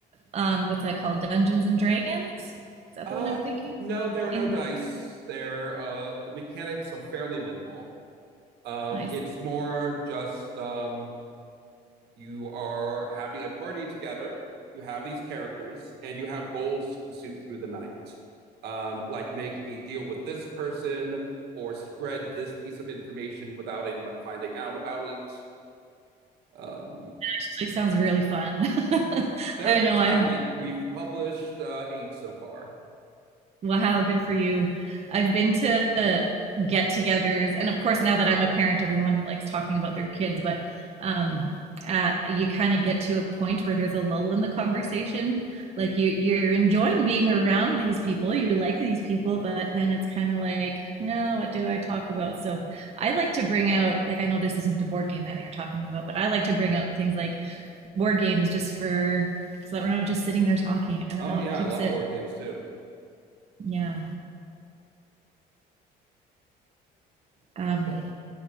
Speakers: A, on the right; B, on the right.
A: um what's that called? Dungeons and Dragons? Is that
B: Um,
A: the one I'm thinking of?
B: no, there are no
A: in
B: dice. There, uh, the mechanics are fairly minimal. Um,
A: I see.
B: it's more just um, you are having a party together. You have these characters and you have goals to pursue through the night, um, like make a deal with this person or spread this piece of information without anyone finding out about it. Um,
A: Actually sounds really fun. <laughs>
B: they're
A: I
B: a good
A: know
B: time.
A: I've
B: We've published uh, eight so far.
A: Wow, good for you. I've been to get togethers, and of course, now that I'm a parent, everyone likes talking about their kids, but um, uh, you kind of get to a point where there's a lull in the conversation. Like you, you're enjoying being around these people, you like these people, but then it's kind of like, no, what do I talk about? So I like to bring out, like, I know this isn't a board game that you're talking about, but I like to bring out things like board games just for so that we're not just sitting there talking. I don't
B: Oh,
A: know,
B: yeah,
A: it keeps
B: I love
A: it,
B: board games too.
A: yeah. Um,
B: But,